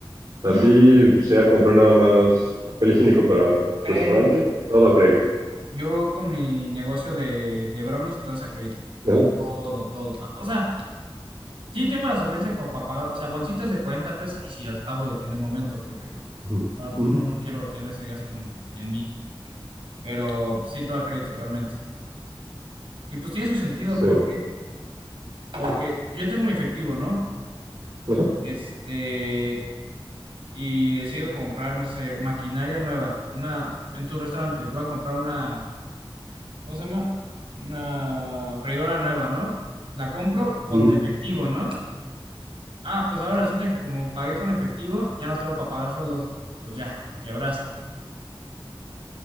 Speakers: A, on the right; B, on the right.
A: Así
B: Mm,
A: sea comprar nada más papel higiénico para restaurante,
B: Crédito.
A: todo a crédito.
B: Yo con mi negocio de, de brownies, todo es a crédito.
A: Ajá,
B: Todo, todo. Ah, O sea, sí tengo la solvencia como para pagar, o sea, bolsitas de 40 pesos, ay, sí las pago de que en el momento, porque pues
A: ujú,
B: ah,
A: ujú,
B: no, no quiero tener ese gasto en en mí. Pero pues, sí, todo a crédito, realmente. Y pues tiene su sentido,
A: Sí,
B: ¿por qué? Porque yo tengo mi efectivo, ¿no?
A: ajá,
B: Este, y decido comprar, no sé, maquinaria nueva, una, en tu restaurante, voy a comprar una, ¿cómo se llama? Una freidora nueva, ¿no? La compro con
A: ujú,
B: efectivo, ¿no? Ah, pues ahora resulta que como pagué con efectivo, ya no tengo para pagar sueldos. Pues ya, quebraste.